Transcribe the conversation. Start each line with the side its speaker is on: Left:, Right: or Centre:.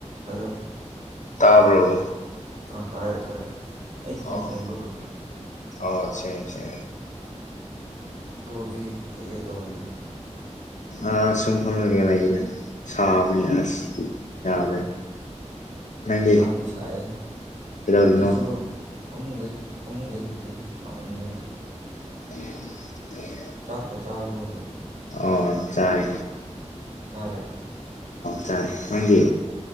Right: hello
Left: ꯇꯥꯕ꯭ꯔꯣ
Right: ꯑꯥ ꯇꯥꯏꯌꯦ ꯇꯥꯏꯌꯦ ꯑꯩ ꯈꯣꯟ
Left: ꯑꯣ
Right: ꯁꯡꯕꯕ꯭ꯔꯣ
Left: ꯑꯣ ꯁꯦ ꯁꯦ
Right: ꯕꯣꯗꯤ ꯀꯩꯀꯩ ꯇꯧꯔꯤꯒꯦ
Left: ꯑꯥ ꯁꯨꯝꯐꯝ ꯂꯩꯒꯦ ꯂꯩꯔ ꯁꯥꯕꯅꯦ ꯑꯁ ꯌꯥꯔꯦ
Right: ꯑꯥ
Left: ꯅꯪ
Right: ꯁꯥꯗꯤ ꯁꯥꯏꯌꯦ
Left: ꯀꯤꯗꯔꯤꯅꯣ
Right: ꯑꯩꯁꯨ ꯐꯃꯨꯡꯗ ꯐꯃꯨꯡꯗ ꯍꯤꯞꯄꯤ ꯍꯥꯝꯃꯟꯗꯅ
Left: ꯎ <unintelligible> <inaudible>
Right: ꯆꯀ ꯆꯥꯔꯕꯣꯕꯣ
Left: ꯑꯣ ꯆꯥꯏ
Right: ꯆꯔꯦ
Left: ꯆꯥꯔꯦ ꯅꯪꯒꯤ